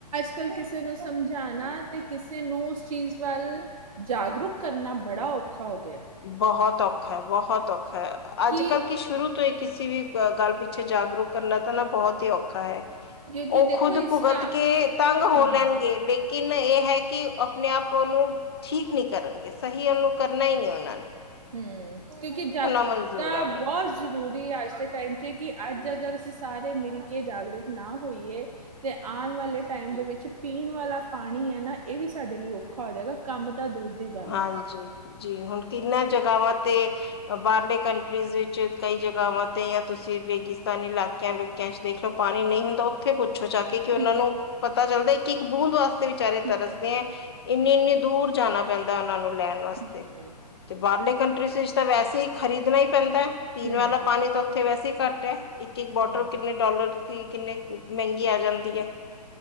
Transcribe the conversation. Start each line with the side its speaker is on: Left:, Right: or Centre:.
Right: ਚਲ ਕਿਸ ਕਿਸੇ ਨੂੰ ਸਮਝਾਉਣਾ ਤੇ ਕਿਸੇ ਨੂੰ ਉਸ ਚੀਜ਼ ਵੱਲ ਜਾਗਰੂਕ ਕਰਨਾ ਬੜਾ ਔਖਾ। ਹੋ ਗਿਆ
Left: ਬਹੁਤ ਔਖਾ ਹੈ ਬਹੁਤ ਹਤਕ। ਅੱਜ
Right: ਕਿ
Left: ਕੱਲ੍ਹ ਕੀ ਸ਼ੁਰੂ ਤੋਂ ਅਂ ਵੀ ਗੱਲ ਪਿੱਛੇ ਜਾਗਰੂਕ ਕਰਨਾ ਤਾਂ ਨਾ ਬਹੁਤ ਹੀ ਔਖਾ ਹੈ।
Right: ਕਿਉਂਕਿ
Left: ਉਹ
Right: ਦੇਖੋ
Left: ਖੁਦ
Right: ਇਸ
Left: ਭੁਗਤ
Right: ਕਾ
Left: ਕੇ ਤੰਗ
Right: ਹੂੰ,
Left: ਹੋ ਲੈਣਗੇ ਲੇਕ ਲੇਕਿਨ ਇਹ ਹੈ ਕਿ ਆਪਣੇ ਆਪ ਨੂੰ ਠੀਕ ਨ ਕਰਨਗੇ ਸਹੀ ਉਹਨੂੰ ਕਰਨਾ ਹੀ ਨਹੀਂ ਆਦਾ।
Right: ਹਮ, ਕਿਉਂਕਿ ਜਾਗਰੂਕਤਾ
Left: ਮਨਜ਼ੂਰ ਹੈ ਉਹਨਾਂ
Right: ਬਹੁਤ
Left: ਨੂੰ।
Right: ਜ਼ਰੂਰੀ ਅੱਜ ਦੇ ਟਾਈਮ ਚ ਕਿ ਅੱਜ ਅਗਰ ਅਸੀਂ ਸਾਰੇ ਮਿਲ ਕੇ ਜਾਗਰੂਕ ਨਾ ਹੋਈਏ, ਤੇ ਆਉਣ ਵਾਲੇ ਟਾਈਮ ਦੇ ਵਿੱਚ ਪੀਣ ਵਾਲਾ ਪਾਣੀ ਹੈ ਨਾ ਇਹ ਵੀ ਸਾਡੇ ਲਈ ਔਖਾ ਹੋ ਜਾਏਗਾ। ਕੰਮ ਤਾਂ ਦੂਰ ਦੀ ਗੱਲ
Left: ਹਾਂਜੀ
Right: ਐ।
Left: ਜੀ ਜੀ ਹੁਣ ਕਿੰਨਾਂ ਜਗ੍ਹਾਵਾਂ ਤੇ ਬਾਹਰਲੇ ਕੰਟਰੀਜ਼ ਵਿੱਚ ਕਈ ਜਗ੍ਹਾਵਾਂ ਤੇ ਯਾ ਤੁਸੀਂ ਰੇਗਿਸਤਾਨੀ ਇਲਾਕਿਆਂਕਿਆਂ ਚ ਦੇਖਲੋ ਪਾਣੀ ਨਹੀਂ ਹੁੰਦਾ ਉੱਥੇ ਪੁ ਪੁੱਛੋ ਚ ਕੇ ਕਿ ਉਹਨਾਂ
Right: ਹੂੰ,
Left: ਨੂੰ ਪਤਾ ਚੱਲਦਾ ਕਿ ਇੱਕ ਬੂੰਦ ਵਾਸਤੇ ਵਿਚਾਰੇ
Right: ਹੂੰ,
Left: ਤਰਸਦੇ ਹੈ। ਇੰਨੀ, ਇੰਨੀ ਦੂਰ ਜਾਣਾ ਪੈਂਦਾ ਉਹਨਾਂ ਨੂੰ ਲੈਣ ਵਾਸਤੇ,
Right: ਹੂੰ,
Left: ਤੇ ਬਾਹਰਲੇ ਕੰਟਰੀਸ ਵਿੱਚ ਤਾਂ ਵੈਸੇ ਹੀ ਖਰੀਦਣਾ ਹੀ ਪੈਂਦਾ। ਪੀਣ
Right: ਹੂੰ,
Left: ਵਾਲਾ ਪਾਣੀ ਤਾਂ ਉੱਥੇ ਵੈਸੇ ਹੀ ਘੱਟ ਹੈ, ਇੱਕ, ਇੱਕ ਬੋਟਲ
Right: ਹੂੰ।
Left: ਕਿੰਨੇ ਡੋਲਰ ਦੀ ਕਿੰਨੇ ਮਹਿੰਗੀ ਆ ਜਾਂਦੀ ਹੈ।